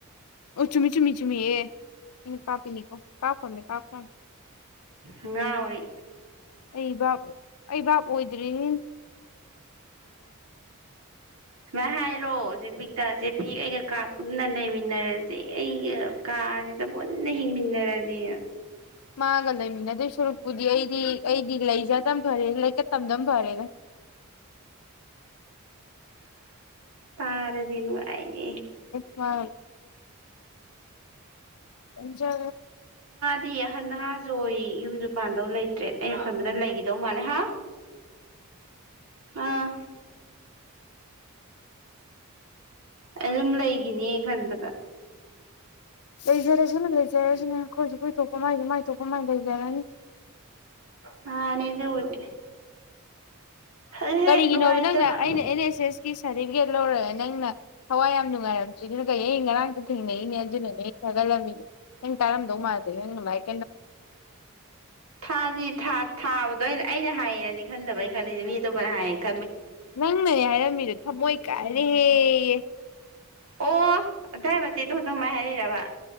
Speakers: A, on the left; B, on the right.
A: ꯑꯣ ꯆꯨꯝꯃꯤ ꯆꯨꯝꯃꯤ ꯆꯨꯝꯃꯤ ꯀꯥꯄꯤꯅꯤꯀꯣ ꯀꯥꯄꯃꯦ ꯀꯥꯄꯃꯦ
B: ꯎ ꯉ ꯍꯧꯔꯤ
A: ꯑꯩ ꯕꯥꯞ ꯑꯩ ꯕꯥꯞ ꯑꯣꯏꯗ꯭ꯔꯤꯅꯤ
B: ꯃ ꯍꯥꯏꯔꯣ ꯦꯕꯤꯛꯇ ꯊ ꯑꯩ ꯀꯥꯄ ꯅ ꯂꯩꯃꯤꯟꯅꯔꯁꯦ ꯑꯩꯒ ꯀꯥꯁꯤꯗ ꯄꯨꯟꯅ ꯍꯤꯡꯃꯤꯟꯅꯔꯁꯦ
A: ꯃꯥꯒ ꯂꯩꯃꯤꯟꯅꯗꯣꯏ ꯁꯨꯔꯨꯛꯄꯨꯗꯤ ꯑꯩꯗꯤ ꯑꯩꯗꯤ ꯂꯩꯖꯗꯕ ꯐꯔꯦ ꯂꯩꯀ ꯇꯝꯗꯝ ꯐꯔꯦꯗ
B: ꯇꯔ ꯨ ꯑꯏꯅꯦ
A: ꯍ ꯑꯖ
B: ꯗꯤ ꯑꯍꯟ ꯅꯍꯥꯁꯨ ꯑꯣꯏꯔꯤ ꯌꯨꯝꯁꯨ ꯄꯥꯟꯗꯧ ꯂꯩꯇ꯭ꯔꯦ ꯑꯩꯅ ꯈꯟꯕꯗ ꯂꯩꯈꯤꯗꯧ ꯃꯥꯜꯂꯦ ꯍꯥ ꯑꯥ ꯑꯗꯨꯝ ꯂꯩꯒꯤꯅꯦ ꯈꯟꯕꯗ
A: ꯂꯩꯖꯔꯁꯅꯨ ꯂꯩꯖꯔꯁꯅꯨ ꯈꫭꯏꯁꯨ ꯈꫭꯏ ꯊꫭꯛꯄ ꯃꯥꯏꯁꯨ ꯃꯥꯥꯏ ꯊꫭꯛꯄ ꯃꯥꯏ ꯂꯩꯖꯔꯅꯤ
B: ꯃꯥꯅꯦ ꯑꯗꯨꯕꯨꯗꯤ ꯑꯗꯨ ꯍꯦꯛ
A: ꯀꯔꯤꯒꯤꯅꯣꯕ
B: ꯅꯨꯡꯉꯥꯏꯇꯕ
A: ꯅꯪꯅ ꯑꯩꯅ ꯑꯦꯟ ꯑꯦꯁ ꯑꯦꯁꯀꯤ ꯁꯥꫪꯇꯤꯐꯤꯀꯦꯠ ꯂꯧꯔꯛꯑꯦ ꯂꯪꯅ ꯊꯋꯥꯏ ꯌꯥꯝ ꯅꯨꯡꯉꯥꯏꯔꯝ ꯁꯤꯅ ꯀꯩ ꯑꯩ ꯉꯔꯥꯡꯁꯨ ꯊꯦꯡꯅꯩꯅꯦ ꯑꯗꯨꯅꯅꯦ ꯊꯥꯒꯠꯂꯝꯃꯤꯗꫭ ꯅꯪ ꯇꯥꯔꯝꯗꯧ ꯃꯥꯟꯗꯦ ꯑꯩꯅ
B: ꯊꯥꯖꯤ ꯊꯥ ꯊꯥꯕꯗ ꯑꯩꯅ ꯑꯩꯅ ꯍꯥꯏꯌꯦꯅꯗꯤ ꯈꯟꯗꯕ ꯑꯩ‌ ꯈꯜꯂꯤꯁꯦ ꯃꯤ ꯑꯇꯣꯞꯄꯅ ꯍꯥꯏꯌꯦꯅ
A: ꯅꯪꯅꯅꯦ ꯍꯥꯏꯔꯝꯃꯤꯗꯣ ꯊꯃꯣꯏ ꯀꯥꯏꯔꯦꯍꯦꯌꯦ
B: ꯑꯣ ꯑꯗꯥꯏ ꯃꯇꯦꯛꯗꯨꯈꯇ ꯑꯗꯨꯃꯥꯏ ꯍꯥꯏꯔꯩꯔꯕ